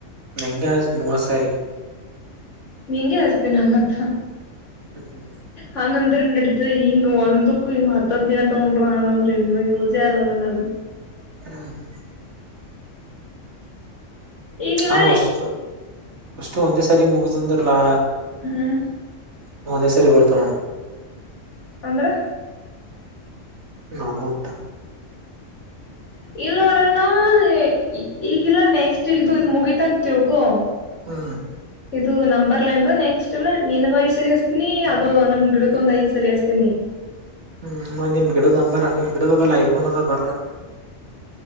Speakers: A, on the right; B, on the left.
A: ಮಂಗ ಮೂವ ಸರಿ
B: ನಿಂಗೆ ಅಸ್ತೇ ನಮ್ಮತ್
A: ಹ್ಮ್
B: ಹಂಗಂದ್ರೆ ನಡೀತ ಹಿಂಗ ಒಂದಕ್ಕ ಹಿಂಗ್ ಹತ್ ದಿನ ತಗೊಂಡ್ರ ಹಂಗಂದ್ರೆ ಇನ್ನು ಯೂಸೆ ಅಲಗಲ್ಲ ಅದು
A: ಹ್ಮ್ ಹ್ಮ
B: ಈಗಿಲ್ಲ
A: ಹಂಗ ಅಷ್ಟು ಅಷ್ಟು ಒಂದೇ ಸಾರಿ ಮುಗ್ದಂದರ್ಲಾ
B: ಹ್ಮ್
A: ಹ ಅದೇ ಸರಿ ಬರ್ತನಣ
B: ಅಂದ್ರ
A: ನಮ್ಮಊಟಾ
B: ಇಲ್ಲ ನೋಡೋಣ ಈಗಲ್ಲ ನೆಕ್ಸ್ಟ್ ಇದು ಮುಗಿತಂತ ತಿಳ್ಕೋ
A: ಹ್ಮ್
B: ಇದು ನಂಬರ್ ಲೈನ್ ನೆಕ್ಸ್ಟ್ ಎಲ್ಲ ನಿನ್ೈ ಸರಿ ಹಸ್ತೀನಿ ಅದು ನಮ ಗಿಡ ಕೊಂದ ಈ ಸರಿ ಅತ ನೀ
A: ಹ್ಮ್ ನಿಮ್ ಗಿಡದ ನಂಬರ್ ನಿಮ್ ಗಿಡದ ಬ ಐಫೋನ್ ಅದ ಬರ್ಲೋಡ